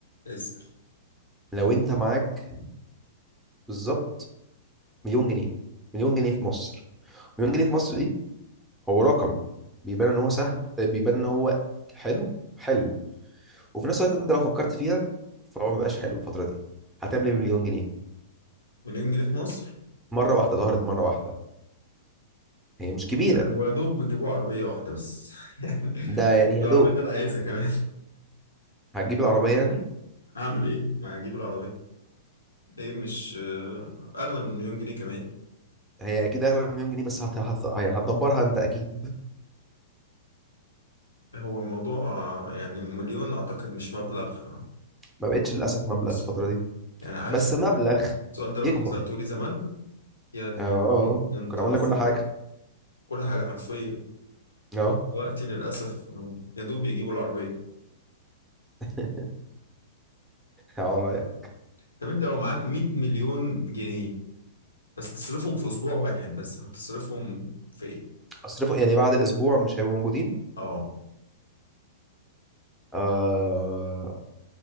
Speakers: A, on the left (about 85°); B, in the centre.
A: اسأل
B: لو انت معاك بالظبط مليون جنيه مليون جنيه في مصر مليون جنيه في مصر دي هو رقم بيبان ان هو سهل بيبان ان هو حلو حلو وفي نفس الوقت انت لو فكرت فيها فهو مبقاش حلو الفترة دي هتعمل ايه بمليون جنيه
A: مليون جنيه في مصر
B: مرة واحدة ظهرت مرة واحدة هي مش كبيرة
A: هو يا دوب بيجيبوا عربية واحدة بس <laughs> يعني
B: ده يعني يا
A: العربية
B: دوب
A: اللي أنا عايزها كمان
B: هتجيب العربية يعني
A: <laughs> أعمل إيه؟ ما هجيب العربية هي مش آه، أغلى من مليون جنيه كمان
B: هي اكيد اغلى من مليون جنيه بس هت... هت... يعني هتدبرها انت اكيد
A: هو الموضوع آه، يعني مليون أعتقد مش مبلغ آه،
B: ما بقتش للاسف مبلغ
A: مصري
B: الفترة دي
A: يعني عارف
B: بس مبلغ
A: السؤال ده لو
B: يكبر
A: كنت سألته لي زمان يا نهار
B: اه آه. آه.
A: أبيض، أنت
B: كنا عملنا
A: رصيد
B: كل حاجة
A: كل حاجة حرفيا
B: اه
A: وقتي للأسف آه، يا دوب يجيبوا العربية
B: <laughs> على رأيك
A: طب أنت لو معاك 100 مليون جنيه بس تصرفهم في أسبوع واحد بس هتصرفهم في إيه؟
B: اصرفه يعني بعد الاسبوع مش هيبقوا موجودين
A: آه
B: آه